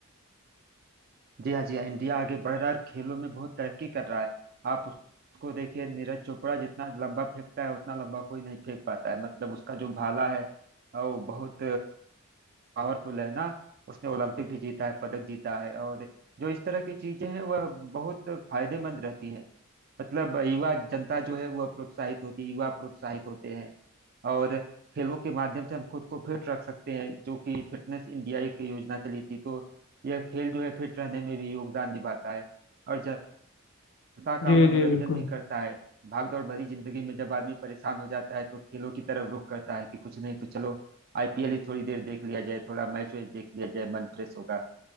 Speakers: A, on the right (about 45°); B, on the left (about 60°).
A: जी हाँ जी हाँ इंडिया आगे बढ़ रहा है और खेलों में बहुत तरक्की कर रहा है आप उस- उसको देखिए नीरज चोपड़ा जितना लंबा फेंकता है उतना लंबा कोई नहीं फेंक पाता है मतलब उसका जो भाला है अ, वो बहुत पावरफुल है ना उसने ओलंपिक भी जीता है पदक जीता है और जो इस तरह की चीजें हैं वह बहुत फायदेमंद रहती है मतलब युवा जनता जो है वह प्रोत्साहित होती है युवा प्रोत्साहित होते हैं और खेलों के माध्यम से हम खुद को फिट रख सकते हैं जो कि फिटनेस इंडिया एक योजना चली थी तो यह खेल जो है फिट रहने में भी योगदान निभाता है और जनता का
B: जी
A: मनोरंजन
B: जी बिल्कुल
A: भी करता है भागदौड़ भरी जिंदगी में जब आदमी परेशान हो जाता है तो खेलों की तरफ रुख करता है कि कुछ नहीं तो चलो आईपीएल ही थोड़ी देर देख लिया जाए थोड़ा मैच वैच देख लिया जाए मन फ्रेश होगा